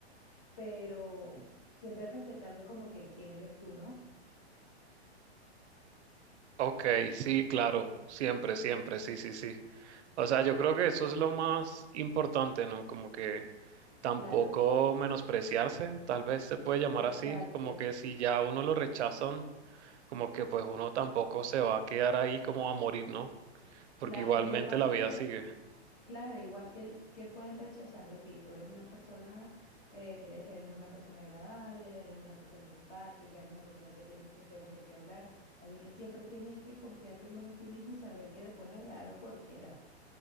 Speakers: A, on the left; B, on the right.
A: pero siempre respetando como que quién eres tú, ¿no?
B: Ok, sí, claro, siempre, siempre, sí, sí, sí. O sea, yo creo que eso es lo más importante, ¿no? Como que tampoco
A: Claro,
B: menospreciarse, tal vez se puede llamar
A: exacto.
B: así, como que si ya a uno lo rechazan, como que pues uno tampoco se va a quedar ahí como a morir, ¿no? Porque
A: Claro,
B: igualmente
A: y de paso
B: la vida
A: que
B: sigue.
A: Claro, igual que, que pueden rechazar de ti. Tú eres una persona, eh, tienes- eres una persona agradable, eres una persona simpática, eres una persona que tiene muchos temas de qué hablar. Así que siempre tienes que confiar primero en ti mismo y saber que le puedes agradar a cualquiera.